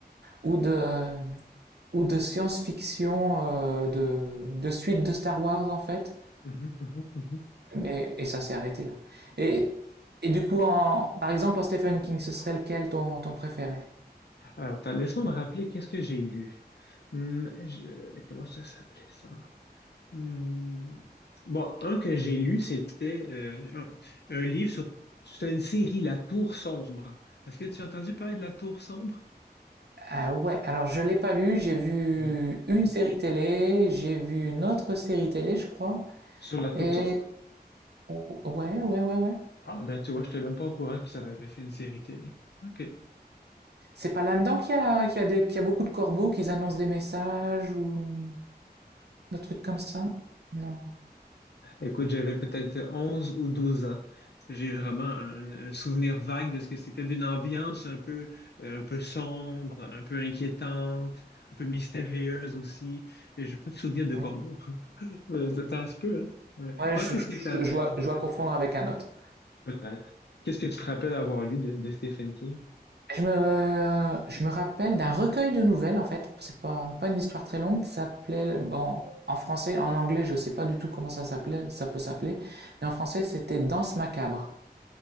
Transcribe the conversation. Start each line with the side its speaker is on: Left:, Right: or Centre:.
Right: ou de, ou de science-fiction, euh, de, de suite de Star Wars en fait,
Left: Mhm, mhm, mhm.
Right: mais, et ça s'est arrêté là. Et, et du coup, en, par exemple, en Stephen King, ce serait lequel ton, ton préféré?
Left: Alors, attends, laisse-moi me rappeler qu'est-ce que j'ai lu. Hum, je- Comment ça s'appelait ça? Hum, Bon, un que j'ai lu, c'était euh, un, un livre sur... C'est une série, La Tour sombre. Est-ce que tu as entendu parler de La Tour sombre?
Right: Ah ouais, alors je l'ai pas lu, j'ai vu
Left: Ouais.
Right: une série télé, j'ai vu une autre série télé, je crois,
Left: Sur La Tour
Right: et
Left: sombre?
Right: Ou- Ouais, ouais, ouais, ouais.
Left: Ah, ben tu vois, je n'étais même pas au courant qu'ils en avaient fait une série télé. OK.
Right: C'est pas là-dedans qu'il y a, qu'il y a des- qu'il y a beaucoup de corbeaux, qu'ils annoncent des messages ou des trucs comme ça? Non.
Left: Écoute, j'avais peut-être 11 ou 12 ans. J'ai vraiment un, un souvenir vague de ce que c'était d'une ambiance un peu, euh, un peu sombre, un peu inquiétante, un peu mystérieuse aussi. Et j'ai pas de souvenir de
Right: Hmm.
Left: corbeau. <laughs> Euh, Ça, ça se peut, hein? Ouais.
Right: Ouais,
Left: Toi,
Right: je,
Left: qu'est-ce
Right: je,
Left: que t'avais?
Right: je dois, je dois confondre avec un autre.
Left: Peut-être. Qu'est-ce que tu te rappelles avoir lu de, de Stephen King?
Right: Je me, je me rappelle d'un recueil de nouvelles, en fait. C'est pas, pas une histoire très longue qui s'appelait, bon, en français, en anglais, je sais pas du tout comment ça s'appelait, ça peut s'appeler, mais en français, c'était Danse macabre.